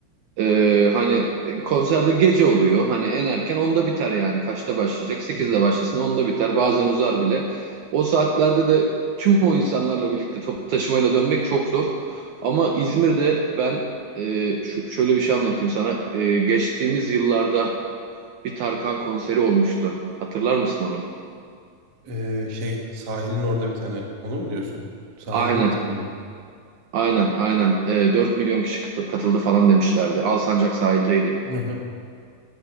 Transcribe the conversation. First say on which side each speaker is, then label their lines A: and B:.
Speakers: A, on the right; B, on the right.
A: E, hani e, konserde gece oluyor. Hani en erken onda biter yani. Kaçta başlayacak?
B: tabii.
A: 8'de başlasın onda biter. Bazen uzar bile. O saatlerde de tüm o insanlarla birlikte toplu taşımayla dönmek çok zor. Ama İzmir'de ben e, şu, şöyle bir şey anlatayım sana. E, geçtiğimiz yıllarda bir Tarkan konseri olmuştu. Hatırlar mısın onu?
B: Ee, şey sahilin orada bir tane onu mu diyorsun? Sahil
A: Aynen,
B: sanırım.
A: aynen, aynen. Ee, 4 milyon kişi katı- katıldı falan demişlerdi. Alsancak sahildeydi.
B: Hı hı.